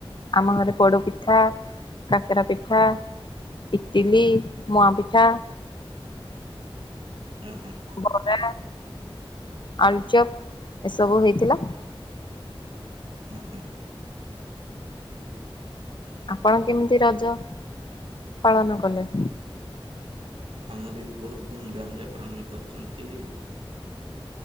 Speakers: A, on the left; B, on the right.
A: ଆମ ଘରେ ପୋଡପିଠା କାକେରା ପିଠା, ଇଟିଲି, ମୁଆଁ ପିଠା।
B: ଉଁ ହୁଁ।
A: ବରା, ଆଳୁଚପ୍ ଏସବୁ ହେଇଥିଲା।
B: ଉ, ହୁଁ।
A: ଆପଣ କେମିତି ରଜ ପାଳନ କଲେ?
B: ଆମର ବି ବହୁତ ଧୁମ୍ ଧାମ୍ ରେ ପାଳନ କରୁଛନ୍ତି।